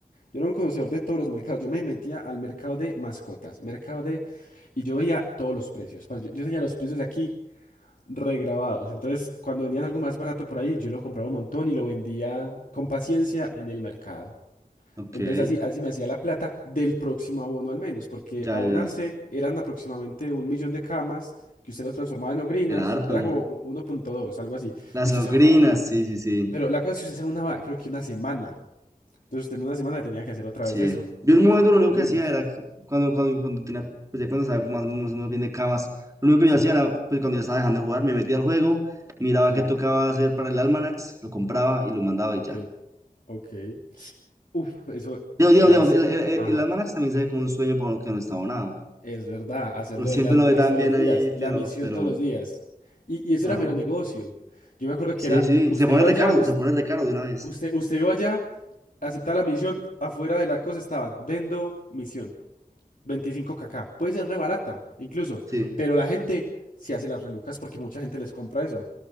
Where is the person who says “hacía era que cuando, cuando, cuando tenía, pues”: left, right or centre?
Right